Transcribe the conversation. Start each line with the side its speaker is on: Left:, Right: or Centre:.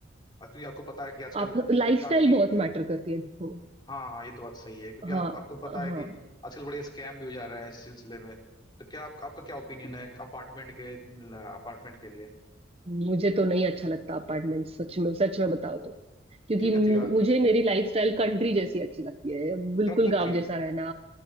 Left: क्योंकि आपको पता है कि आजकल
Right: आप लाइफस्टाइल
Left: काफी
Right: बहुत मैटर करती है देखो
Left: हाँ हाँ ये तो बात सही है क्योंकि आ,
Right: हाँ
Left: आपको पता
Right: हाँ
Left: है कि आजकल बड़े स्कैम भी हो जा रहे हैं इस सिलसिले में तो क्या आप, आपका क्या ओपिनियन है अपार्टमेंट के अपार्टमेंट के लिए
Right: मुझे तो नहीं अच्छा लगता अपार्टमेंट सच में सच में बताओ तो क्योंकि
Left: ठीक
Right: मु-
Left: है ठीक है
Right: मुझे मेरी लाइफस्टाइल कंट्री जैसी अच्छी लगती है बिल्कुल
Left: तब तो
Right: गांव
Left: ठीक
Right: जैसा
Left: है
Right: रहना